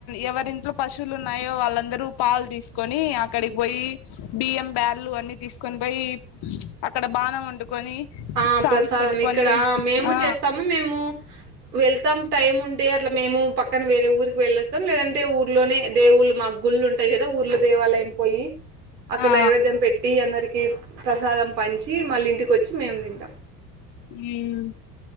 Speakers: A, on the left; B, on the right.
A: ఎవరింట్లో పశువులు ఉన్నాయో వాళ్ళందరూ పాలు తీసుకొని అక్కడికి పోయి బియ్యం బ అన్ని తీసుకొని పోయి అక్కడ బానం వండుకొని
B: ఆహ్
A: సాంగ్స్
B: ప్రసాదం
A: పెట్టుకొని
B: ఇక్కడ మేము
A: ఆ
B: చేస్తాము మేము వెళ్తాం టైం ఉంటే అట్లా మేము పక్కన వేరే ఊరికి వెళ్ళొస్తాం లేదంటే ఊర్లోనే దేవుళ్ళలు మాక్ గుళ్ళు ఉంటాయి కదా ఊర్ళ దేవాలయం పోయి అక్కడ
A: ఆ
B: నైవేద్యం పెట్టి అందరికి ప్రసాదం పంచి మళ్ళ ఇంటికి వచ్ మేము తింటాం
A: ఉహ్మ్